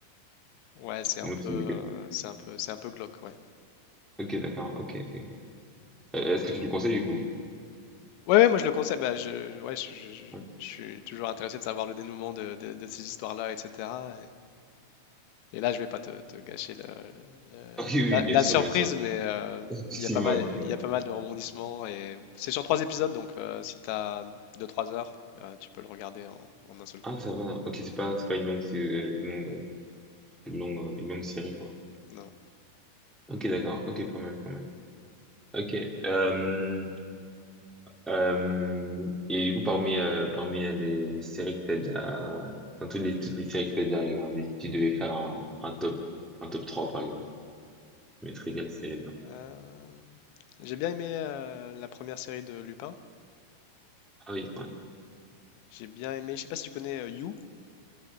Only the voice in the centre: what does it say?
comment
tu,
ok, d'accord, ok, ok. ok. Euh, Est-ce que tu le conseilles du coup?
Ouais.
<laughs>
Ah Oui, oui,
bien
sûr,
bien sûr.
<laughs> Effectivement.
euh,
Ah, ça va. Ok, c'est pas, c'est pas une longue, c'est euh, une longue, euh, une longue, euh, une longue série quoi.
Ok, d'accord. Ok, pas mal, pas mal. Ok. Euh, Euh, et du coup, parmi, euh, parmi euh, les, les séries que t'as déjà, enfin, toutes les, toutes les séries que t'as déjà regardées, si tu devais faire un, un top, un top 3 par exemple, tu mettrais quelle série dedans?
Ah oui, ouais.